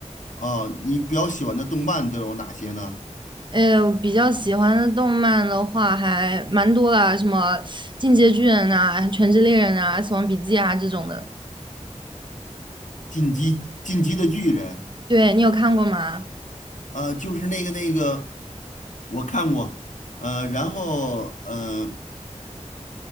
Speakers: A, on the left; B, on the right.
A: 哦，你比较喜欢的动漫都有哪些呢？
B: 呃，我比较喜欢的动漫的话还蛮多啦，什么《进阶巨人》啊，《全职猎人》啊，《死亡笔记》啊这种的。
A: 《进击进击的巨人》
B: 对，你有看过吗？
A: 啊、呃就是那个那个，我看过，呃，然后嗯。呃